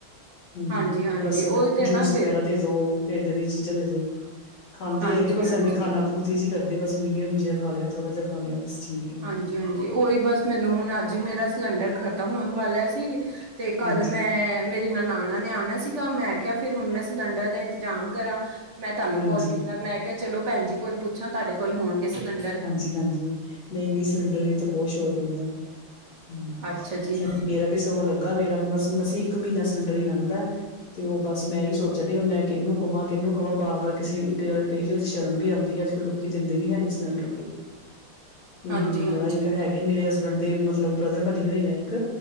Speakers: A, on the left (about 70°); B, on the right (about 40°).
A: ਹੂੰ,
B: ਹਾਂਜੀ ਹਾਂਜੀ
A: ਬਸ
B: ਉਹੀ ਤੇ ਨਾ
A: ਜੂਸ ਵਗੈਰਾ
B: ਫਿਰ
A: ਦੇ ਦੋ, ਏਦਾ ਦੀਆਂ ਚੀਜ਼ਾਂ ਦੇ ਦੋ। ਖਾਂਦੇ
B: ਹਾਂਜੀ
A: ਹੈਗੇ, ਬਸ
B: ਹਾਂਜੀ
A: ਐਵੇਂ ਖਾਨਾ ਪੂਰਤੀ ਜਿਹੀ ਕਰਦੇ, ਬਸ ਮਿਨੀਅਮ ਜਿਹਾ ਖਾ ਲਿਆ, ਥੋੜਾ ਜਿਹਾ ਖਾ ਲਿਆ ਬਸ ਠੀਕ। ਹੈ
B: ਹਾਂਜੀ-ਹਾਂਜੀ, ਉਹੀ ਬਸ ਮੈਨੂੰ, ਹੁਣ ਅੱਜ ਮੇਰਾ ਸਿਲੰਡਰ ਖਤਮ ਹੋਣ ਵਾਲਾ ਸੀ, ਤੇ ਕੱਲ
A: ਹਾਂਜੀ
B: ਮੈਂ ਮੇਰੇ ਨਨਾਣਾ ਨੇ ਆਣਾ ਸੀਗਾ, ਮੈਂ ਕਿਹਾ ਫਿਰ ਹੁਣ ਮੈਂ ਸਿਲੰਡਰ ਦਾ ਇੰਤਜ਼ਾਮ ਕਰਾਂ। ਮੈਂ ਤੁਆਨੂੰ
A: ਹਾਂਜੀ
B: ਕਾਲ ਕੀਤਾ, ਮੈਂ ਕਿਹਾ ਚਲੋ ਭੈਣ ਜੀ ਕੋਲ ਪੁੱਛਾਂ, ਤੁਹਾਡੇ ਕੋਲ ਹੋਣਗੇ ਸਿਲੰਡਰ?
A: ਹਾਂਜੀ-ਹਾਂਜੀ, ਨਈ-ਨਈ ਸਿਲੰਡਰ ਦੀ ਤਾਂ ਬਹੁਤ ਸ਼ੋਰਟੇਜ ਐ। ਹੂੰ,
B: ਅੱਛਾ ਜੀ।
A: ਸ ਮੇਰਾ ਸੀ ਸਗੋਂ ਲੱਗਾ ਮੇਰਾ, ਮਸੀ-ਮਸੀ ਇੱਕ ਮਹੀਨਾ ਸਿਲੰਡਰ ਹੀ ਲੰਘਦਾ ਏ। ਤੇ ਉਹ ਬਸ ਮੈਂ ਇਹੀ ਸੋਚਣ ਡਈ ਅ, ਹੁਣ ਮੈਂ ਕਿਹਨੂੰ ਕਵਾਂ, ਕਿਹਨੂੰ ਕਵਾਂ? ਬਾਰ-ਬਾਰ ਕਿਸੇ ਇੱਕ ਜਾਣੇ ਨੂੰ ਕਹੀ ਜਾਓ, ਤੇ ਸ਼ਰਮ ਵੀ ਆਉਦੀ ਆ ਅੱਜ ਕੱਲ ਲੋਕੀਂ ਦਿੰਦੇ ਵੀ ਹੈ ਨੀ ਸਿਲੰਡਰ ਕੋਈ, ਹੂੰ
B: ਹਾਂਜੀ-ਹਾਂਜੀ,
A: ਬੜਾ ਹੀ ਇੱਕ ਹੈ ਗਾ, ਮੇਰੇ ਹਸਬੈਂਡ ਦੇ ਮਤਲਬ ਬ੍ਰਦਰ ਬਣੀ ਹੋਏ ਆ ਇੱਕ,